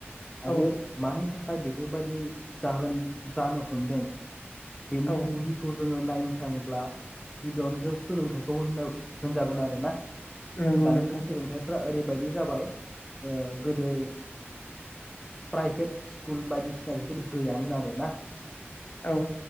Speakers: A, in the centre; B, on the left.
A: आरो
B: औ
A: मानि थाख खाय बेफोरबायदि जाहोन जानो हमदों
B: औ
A: बेनि
B: औ
A: गुदिखौ जोंङो नायनो थांङोब्ला गिबियावनो जों सोलोंथाइखौ होनजागोन आरोना।
B: नंगौ
A: दानि
B: नोंथां
A: सोलोंथाइफ्रा ओरैबा बायदि जाबाय गोदो प्राइभेट स्कुल बायदिसिना बेफोरबायदि गैयामोन आरोना।
B: औ।